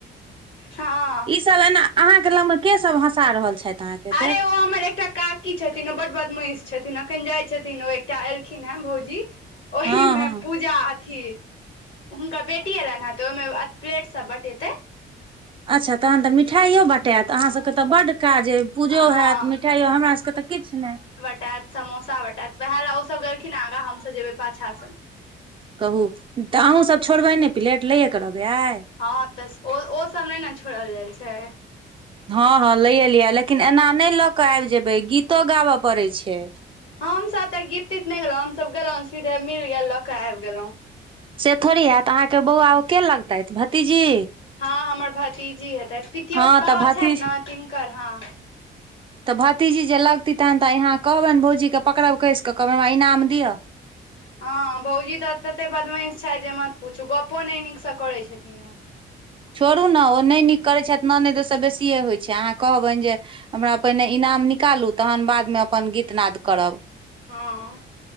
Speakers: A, on the left (about 60°); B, on the right (about 25°).
A: हँ
B: ई सब एना अहाँके लग मे के सब हँसा रहल छैथ अहाँके
A: अरे
B: एतेक
A: ओ हमर एकटा काकी छथिन ओ बड बडमैष छथिन एखन जाय छथिन ओ एकटा एलखिन हे भौजी ओहिमे
B: हँ हँ
A: पूजा अथी हुनकर बेटी एलैन हन‌ तऽ ओहिमे प्लेट सब बटेतै
B: अच्छा तखन तऽ मिठाइयो बटेत अहाँसभके तऽ बड्ड काज आय पूजो
A: हँ
B: हेत मिठाइयो हमरा सबके तऽ किछ नै
A: बटात समोसा बटेत वएह लए ओ सब गेलखिन आगा हमसभ जेबै पाछा से
B: कहू तऽ अहूँसभ छोड़बै नै प्लेट लैएके रहबै आइ
A: हँ तऽ ओ ओसभ नै न छोड़ल जाइ छै
B: हँ हँ लैए लियै लेकिन एना नै लऽ कऽ आइब जेबै गीतो गाबय पड़ै छै
A: हमसब त गीत तीत नै गेलहुं हमसब गेलहुॅं सीधे मिल गेल लऽ के आइब गेलों
B: से थोड़ी हेत अहाँके बौआ ओ के लगतैथ भतीजी
A: हँ हमर भतीजी हेतै पितियोत
B: हँ
A: बाबा
B: तऽ भतीज
A: छैथ ने तिनकर हँ
B: तऽ भतीजी जे लगती तहन तऽ यहाँ कहबनि भौजीके पकड़ब कैस कऽ कहबैन हमरा इनाम दिअ
A: हँ भौजी तऽ तते बदमैश छैथ जे मत पूछू गपो नै नीकसँ करै छथिन ओ
B: छोड़ू ने ओ नहि नीक करै छैथ ननैद ओय स बेसिए होइत छै अहाँ कहबैन जे हमरा पहिने इनाम निकालू तखन बादमे अपन गीतनााद करब
A: हँ